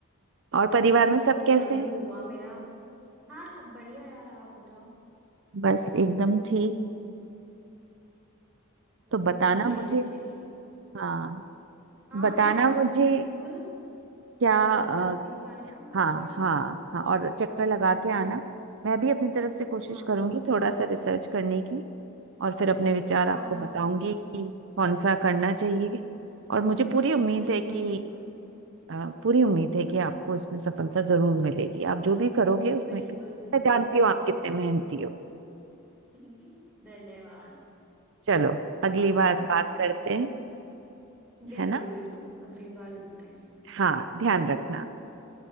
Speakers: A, on the right; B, in the centre.
A: और परिवार
B: बस
A: में सब
B: थोड़ा
A: कैसे
B: दूर
A: हैं
B: हुआ मेरा हाँ सब बढ़िया यार आप बताओ
A: बस एकदम ठीक
B: बस
A: तो बताना
B: ठीक ही रहने
A: मुझे
B: चाहिए
A: हाँ
B: हाँ
A: बताना
B: मैं
A: मुझे
B: मैं बिल्कुल
A: क्या
B: डिस्कस
A: अ,
B: करूंगी इस बारे में आपसे
A: हाँ हाँ हाँ और चक्कर लगा के आना मैं भी अपनी तरफ से कोशिश
B: हाँ
A: करूंगी
B: हाँ
A: थोड़ा सा रिसर्च करने की और फिर अपने विचार
B: हाँ
A: आपको
B: हाँ
A: बताऊंगी कि कौन सा करना चाहिए और मुझे पूरी उम्मीद
B: बिल्कुल
A: है कि
B: बिल्कुल
A: अ, पूरी उम्मीद है कि आपको इसमें सफलता जरूर मिलेगी आप जो भी करोगे उसमें
B: बिल्कुल बिल्कुल
A: मैं जानती हूँ आप कितने मेहनती हो
B: <laughs> धन्यवाद
A: चलो अगली
B: आपका
A: बार बात करते हैं
B: बिल्कुल
A: है ना
B: बिल्कुल अगली बार मिलते हैं
A: हाँ ध्यान रखना